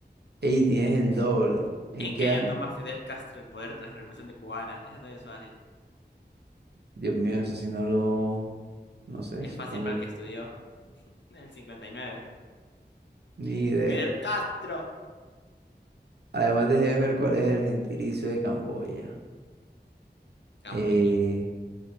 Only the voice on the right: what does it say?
Ey, tienes
el doble. ¿En
qué
año?
Dios mío, eso sí no lo, no sé,
supongo
que
ni idea.
Además de Hemer, ¿cuál es el gentilicio de Camboya?
Eh,